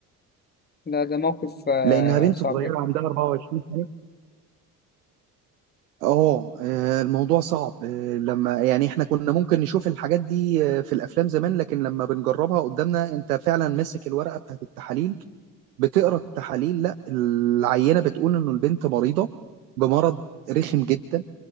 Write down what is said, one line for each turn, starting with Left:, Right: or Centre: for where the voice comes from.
Left: لا ده موقف آه،
Right: لأنها بنت
Left: صعب
Right: صغيرة
Left: جدا
Right: عندها 24 اه آه، الموضوع صعب آه، لما يعني احنا كنا ممكن نشوف الحاجات دي آه، في الافلام زمان لكن لما بنجربها قدامنا انت فعلا ماسك الورقه بتاعت التحاليل بتقرا التحاليل لا العينه بتقول انه البنت مريضه بمرض رخم جدا